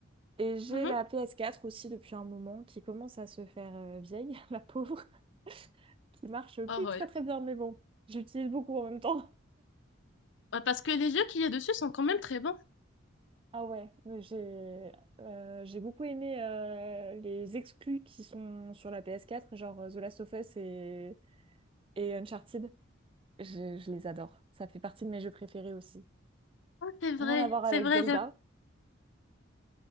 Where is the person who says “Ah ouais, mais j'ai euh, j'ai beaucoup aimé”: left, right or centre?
Right